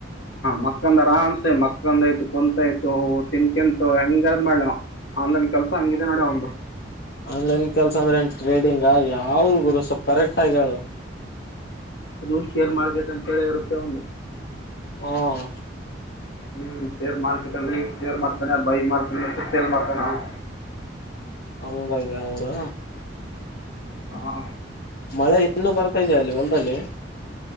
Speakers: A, on the left; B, on the left.
A: ಮಕ್ಕಂದರ ಅನ್ಸೆ ಮಕ್ಕಂದಾಯ್ತು ಕುಂತಾಯ್ತು ತಿನ್ಕಂತು ಹೆಂಗಾದ ಮಾಡ್ ಆನ್ಲೈನ್ ಕೆಲ್ಸ ಹಂಗಿದೆ ನೋಡ ಅವಂದು
B: ಆನ್ಲೈನ್ ಕೆಲಸ ಅಂದ್ರ ಏನ್ ಟ್ರೇಡಿಂಗ್ ಈಗ ಯಾವ್ರ ಗುರು ಸೊಪ್ಪ ಕರೆಕ್ಟ್ ಆಗಿ ಹೇಳು
A: ಅದು ಶೇರ್ ಮಾರ್ಕೆಟ್ ಅಂತೇಳ ಇರುತ್ತೆ ಒಂದು.
B: ಹಾಂ
A: ಹ್ಮ್ ಶೇರ್ ಮಾರ್ಕೆಟ್ ಅಲ್ಲಿ ಶೇರ್ ಮಾಡ್ತಾನೆ ಅ ಬೈ ಮಾಡ್ತಾನೆ ಮತ್ತೆ ಸೇಲ್ ಮಾಡ್ತಾನ ಅವ.
B: ಹಂಗಗ ಅವರು.
A: ಹಾ.
B: ಮಳೆ. ಇನ್ನು ಬರ್ತಾ ಇದೆಯ ಅಲ್ಲಿ ಒಂದಲ್ಲಿ. <inaudible>